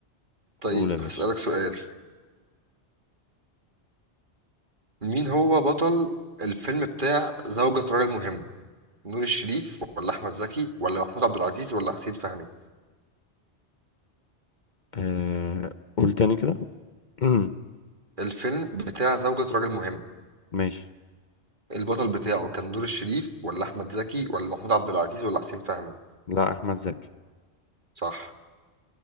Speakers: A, on the right; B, on the left.
A: طيب
B: قول يا باشا
A: هسألك سؤال مين هو بطل الفيلم بتاع زوجة راجل مهم نور الشريف ولا أحمد زكي ولا محمود عبد العزيز ولا حسين فهمي
B: آه... قول تاني كده <clears throat>
A: الفيلم بتاع زوجة راجل مهم
B: ماشي
A: البطل بتاعه كان نور الشريف ولا أحمد زكي ولا محمود عبد العزيز ولا حسين فهمي
B: لا أحمد زكي
A: صح